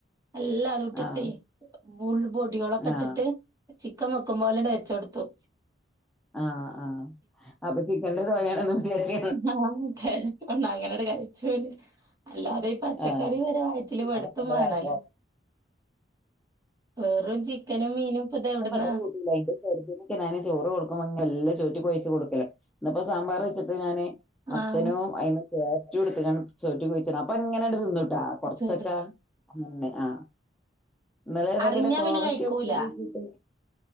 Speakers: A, on the right; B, in the centre.
A: എല്ലാതും ഇട്ടിട്ടേ
B: ആഹ്
A: ബുൾ പൊടിയികളൊക്കെ ഇട്ടിട്ട്
B: ആഹ്
A: ചി ക്കൻ വെക്കുമ്പോലണ്ട് വെ ച്ചെടുത്തു
B: ആഹ ആഹ് അപ്പൊ ചിക്കന്റെ ചൊ യാണും വിചാരിച്ച
A: ആഹണ്ട അങ്ങനെയട് കഴിച്ചോ ല് അല്ലാതെ ഈ പച്ചക്കറി
B: ആഹ്
A: വരെ വയ് റ്റില് പെടുത്തും
B: അതൊക്കെ ഇന്റെ
A: വേണല്ലോ
B: കാട്ടാണ്
A: വെറും ചിക്കനും മീനും ഇപ്പൊ ഇത് എവിടുന്നാ
B: <unintelligible> എന്റെ ചെറുതിനൊക്കെ ഞാന് ചോറ് കൊടുക്കും <unintelligible> ചോ ന്നിട്ട് കൊഴച്ച് കൊടുക്കല ഇന്ന് ഇപ്പോ സാമ്പാർ വെച്ചിട്ട് ഞാന് മത്തനും
A: ആഹ്
B: അയിന് ക്യാരറ്റും എടുത്തക്കണ് ചോറ്റി കുഴിച്ച് ഇടാൻ അപ്പോ ഇങ്ങനെ അങ്ങട് തിന്ന് കൊറച്ചൊക്കെ
A: ശരി
B: അങ്ങനെ ആഹ് ആ ഇന്നലെ ഇതേപോലെ
A: അറിഞ്ഞാ
B: കോവയ്ക്ക
A: പിന്നെ കഴിക്കൂല
B: ഉപ്പേരിവേച്ച്